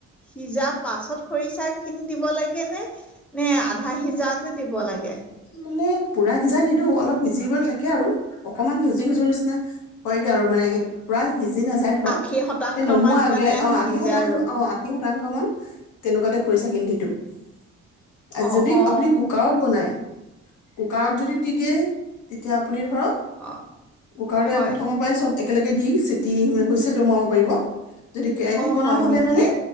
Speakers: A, in the centre; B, on the left.
A: সিজা পাছত খৰিছাখিনি দিব লাগে নে? নে আধা সিজাতে দিব লাগে?
B: মানে পূৰা সিজাই নিদো, অলপ সিজিবলৈ থাকে আৰু। অকনমান সিজো সিজো নিচিনা হয়গে আৰু মানে এ পূৰা সিজি নাযায় ধৰক,
A: আশী শতাংশ
B: সেই নমোৱা
A: মান মানে
B: আগে অ',
A: সিজে
B: আশী শতাং
A: আৰু
B: অ', আশী শতাংশ মান, তেনেকুৱাতে খৰিছা <unintelligible>
A: অ
B: যদি
A: অ
B: আপুনি কুকাৰত বনায় কুকাৰত যদি দি দিয়ে, তেতিয়া আপ আপুনি ধৰক,
A: অ
B: কুকাৰটোৱে
A: হয়
B: প্ৰথমৰ পাই চব একেলগে দি চিতি‌ হুমে হুচেলটো মাৰিব পাৰিব। দি কেৰাহীত
A: অ
B: বনাওঁ
A: হয়
B: ভাৱে
A: নেকি
B: মানে,